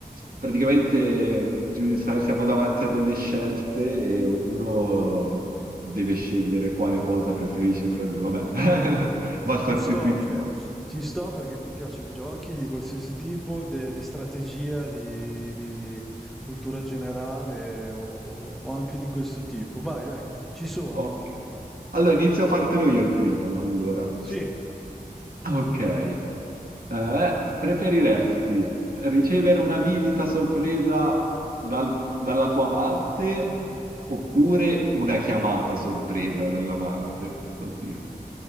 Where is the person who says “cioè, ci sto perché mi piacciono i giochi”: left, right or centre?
Centre